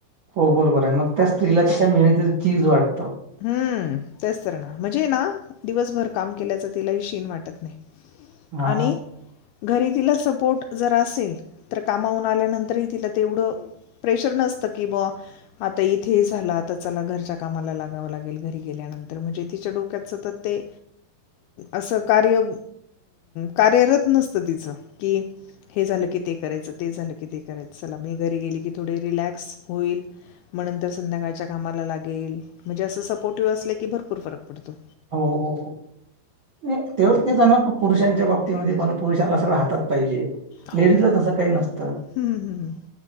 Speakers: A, on the right; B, on the left.
A: हो, बरोबर आहे मग त्या स्त्रीला त्याच्या मेहतीच चीज वाटतं.
B: हम तेच तर ना म्हणजे ना, दिवसभर काम केल्याच तिलाही शीन वाटत नाही.
A: हा
B: आणि घरी तिला सपोर्ट जर असेल तर कामाहून आल्यानंतरही तिला तेवढं प्रेशर नसत की ब आता इथे झाला, आता चला घरच्या कामाला लागा व लागेल घरी गेल्यानंतर म्हणजे तिच्या डोक्यातच सतय ते असं कार्य कार्यरत नसत. तिचं हे झाल ते करायचं ते झाल की ते करायच, चला मी घरी गेली की थोडी रिलॅक्स होईल मं नतर संध्याकाळच्या कामाला लागेल. म्हणजे असं सपोर्टिव असले की भरपूर फरक पडतो.
A: हो, हो, हो. तेव्हा तेच आहे ना पुरुषांच्या बाबतीमध्ये पण पुरुषांना सगळं हातात पाहिजे.
B: हो
A: लेडीजला तसं काही नसत
B: हम्म, हम्म, हम्म.